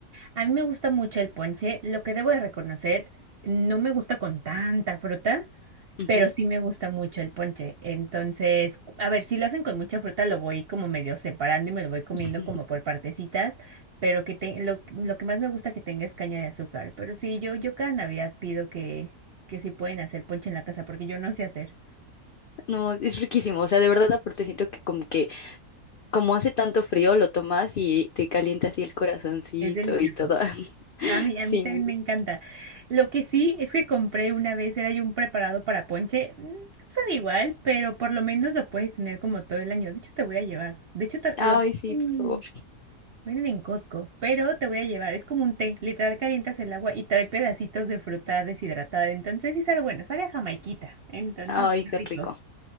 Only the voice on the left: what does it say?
Ujú.
<laughs>
No, es riquísimo, o sea, de verdad aparte siento que como que como hace tanto frío lo tomas y te calienta así el corazoncito
y todo. <laughs>
Sí,
me-
ay,
sí,
por favor.
Ay,
qué
rico.